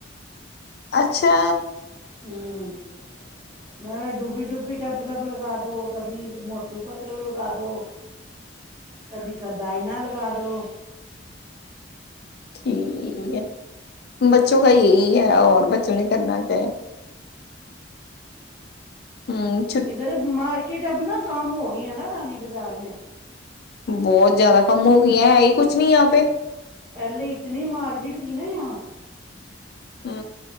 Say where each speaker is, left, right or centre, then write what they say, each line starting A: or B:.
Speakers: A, on the left (about 60°); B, on the right (about 25°).
A: ਅੱਛਾ।
B: ਹਂ। ਮੈਂ ਡੁਬੀ ਡੁਬੀ ਡਬ ਲਗਾ ਦੋ। ਕਭੀ ਮੋਟੂ ਪਤਲੂ ਲਗਾ ਦੋ। ਕਭੀ ਕਦਾਈ ਨਾ ਲਗਾ ਦੋ।
A: ਠੀਕ ਐ। ਬੱਚੋਂ ਕਾ ਯਹੀ ਹੈ ਔਰ ਬ ਬੱਚੋਂ ਨੇ ਕਰਨਾ ਕਆ ਐ। ਹੂੰ।
B: ਇਧਰ ਮਾਰਕੀਟ ਅਬ ਨਾ ਕਮ ਹੋ ਗਈ ਹੈ ਨਾ ਰਾਨੀ ਬਜਾਰ ਮੇਂ।
A: ਬੋਤ ਜਾਦਾ ਕਮ ਹੋ ਗਈ। ਹੈ ਈ ਕੁੱਛ ਨੀ ਯਹਾਂ ਪੇ।
B: ਪੈਲੇ ਇਤਨੀ ਮਾਰਕੀਟ ਥੀ ਨਾ ਯਹਾਂ
A: ਹੂੰ।